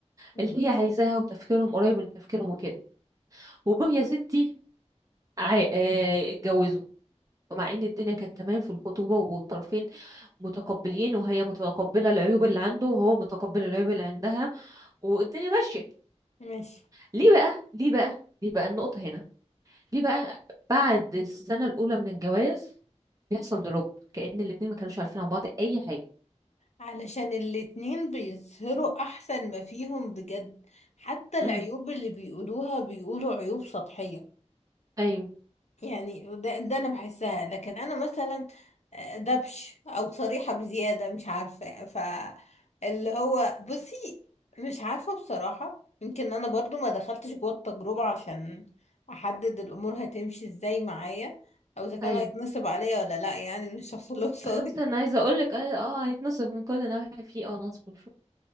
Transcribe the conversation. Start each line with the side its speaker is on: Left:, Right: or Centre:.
Left: مم.
Right: اللي هي عايزاها وتفكيرهم قريب من تفكيرهم وكده وجم يا ستي عا- آه، اتجوزوا ومع ان الدنيا كانت تمام في الخطوبة والطرفين متقبلين وهي متقبلة العيوب اللي عنده وهو متقبل العيوب اللي عندها والدنيا ماشية
Left: <laughs> ماشي
Right: ليه بقى ليه بقى ليه بقى النقطة هنا ليه بقى بعد السنة الأولى من الجواز بيحصل دروب كأن الاتنين ما كانوش عارفين عن بعض أي حاجة
Left: علشان الاتنين بيظهروا احسن ما فيهم بجد حتى العيوب
Right: امم
Left: اللي بيقولوها بيقولوا عيوب سطحية
Right: ايوه
Left: يعني ده, ده انا بحسها لكن انا مثلا آه، دبش او صريحة بزيادة مش عارفة ف اللي هو بصي مش عارفة بصراحة يمكن انا برضو ما دخلتش جوه التجربة عشان احدد الامور هتمشي ازاي معايا او اذا كان
Right: ايوه
Left: هيتنصب عليا ولا لا يعني من الشخص اللي قصادي
Right: لا بس انا عايزه اقول لك اه آه، هيتنصب من كل ناحيه في اه نصب وشو.